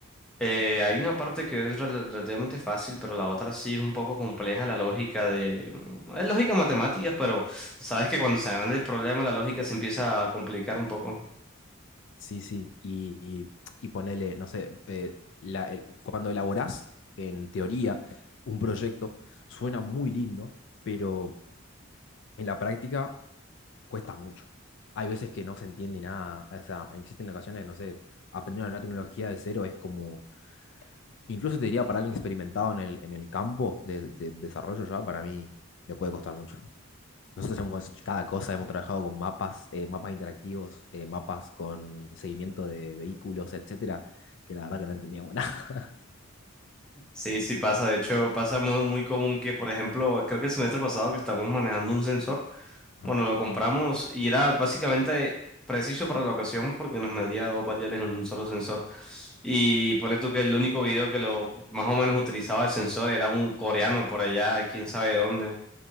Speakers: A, in the centre; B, on the left (about 55°).
A: Eh, hay una parte que es rel- relativamente fácil, pero la otra sí es un poco compleja, la lógica de... mm, Es lógica matemática, pero sabes que cuando se agranda el problema, la lógica se empieza a complicar un poco.
B: Sí, sí, y, y, y ponele, no sé, eh, la- el- cuando elaborás en teoría un proyecto, suena muy lindo, pero en la práctica cuesta mucho. Hay veces que no se entiende nada, o sea, existen ocasiones, no sé, aprender una nueva tecnología de cero es como, incluso te diría para alguien experimentado en el, en el campo de, de desarrollo ya, para mí le puede costar mucho. Nosotros hemos hecho cada cosa, hemos trabajado con mapas, eh, mapas interactivos, eh, mapas con seguimiento de vehículos, etcétera, que la verdad que no entendíamos <laughs> nada.
A: Sí, sí pasa. De hecho, pasa muy, muy común que, por ejemplo, creo que el semestre pasado que estamos manejando un sensor,
B: Ajá.
A: bueno, lo compramos y era básicamente preciso para la ocasión porque nos medía dos variables en un solo sensor. Y ponle tú que el único video que lo más o menos utilizaba el sensor era un coreano por allá, quién sabe dónde.